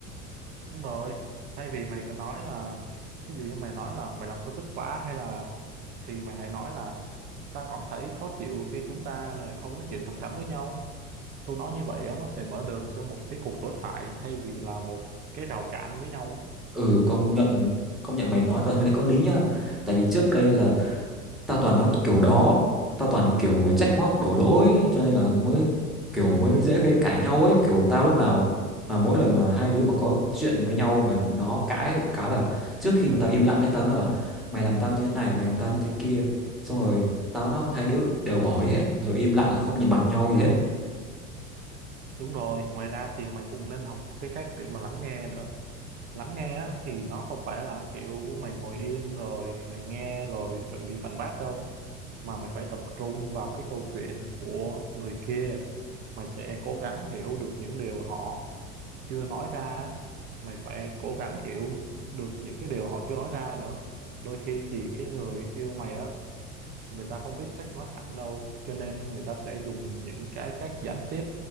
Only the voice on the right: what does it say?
đúng rồi thay vì mày có nói là ví dụ như mày nói là mày làm tao tức quá hay là thì mày hãy nói là ta cảm thấy khó chịu khi chúng ta này không nói chuyện thẳng thắn với nhau Thu nói như vậy á, nó sẽ mở đường cho một cái cuộc đối thoại thay vì là một cái rào cản với nhau á.
Đúng rồi, ngoài ra thì mày cũng nên học cái cách để mà lắng nghe nữa. Lắng nghe á, thì nó không phải là kiểu mày ngồi yên rồi mày nghe rồi chuẩn bị phản bác đâu. Mà mày phải tập trung vào cái câu chuyện của người kia. Mày sẽ cố gắng hiểu được những điều họ chưa nói ra. á. Mày phải cố gắng hiểu được những cái điều họ chưa nói ra nữa. Đôi khi thì cái người yêu mày á người ta không biết cách nói thẳng đâu cho nên người ta sẽ dùng những cái cách gián tiếp